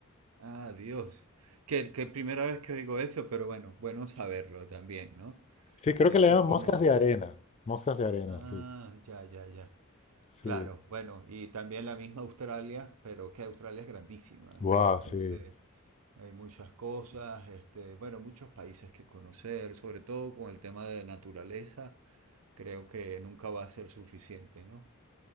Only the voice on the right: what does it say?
ah, Dios. Que, que primera vez que digo eso, pero bueno, bueno saberlo también, ¿no?
Eso
es como,
ah,
ya, ya, ya.
Claro, bueno, y también la misma Australia, pero que Australia es grandísima,
y entonces...
Hay muchas cosas, este, bueno, muchos países que conocer, sobre todo con el tema de naturaleza, creo que nunca va a ser suficiente, ¿no?